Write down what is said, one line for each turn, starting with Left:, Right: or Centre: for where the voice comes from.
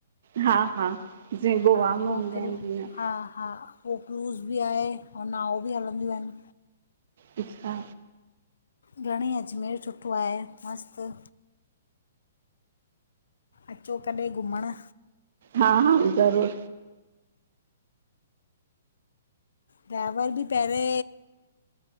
Right: हा हा जीअं गोवा
Left: हा।
Right: में
Left: उहो
Right: हूंदा
Left: क्रूज़
Right: आहिनि जीअं
Left: हा हा। उ क्रूज़ बि आहे। ऐं नओ बि हलंदियूं आहिनि।
Right: अच्छा।
Left: घणेई अजमेर सुठो आहे मस्तु। अचो कॾहिं घुमण।
Right: हा, हा ज़रूरु।
Left: ड्राइवर बि पहिरे।